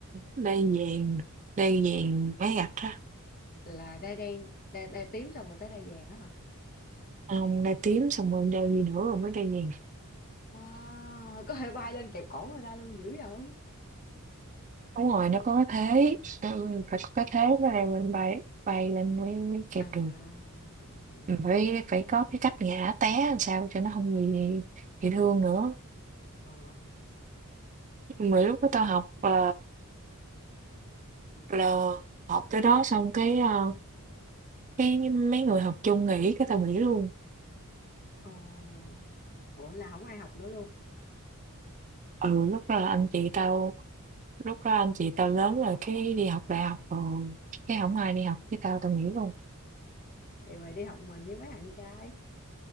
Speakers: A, on the right (about 35°); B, on the left (about 40°).
A: đai vàng, đai vàng mấy gạch á.
B: là đai đen đai, đai tím xong rồi tới đai vàng á hả
A: Không, đai tím xong rồi đai gì nữa rồi mới đai vàng
B: wow có thể bay lên kẹp cổ người ta luôn dữ rồi
A: Đúng rồi, nó có cái thế, ừm, phải có cái thế mới leo mình bay bay lên mới mới kẹp
B: à, à,
A: được.
B: à.
A: Mình phải phải có cái cách ngã té làm sao cho nó hông bị bị thương nữa.
B: ờ,
A: Mà lúc đó tao học, ờ, là học tới đó xong cái, ờ, cái mấy người học chung nghỉ cái tao nghỉ luôn.
B: ồ, ủa là không ai học nữa luôn
A: Ừ, lúc đó là anh chị tao lúc đó anh chị tao lớn rồi cái đi học đại học rồi, cái hổng
B: à
A: ai đi học với tao, tao nghỉ luôn.
B: vậy mà đi học mình với mấy bạn trai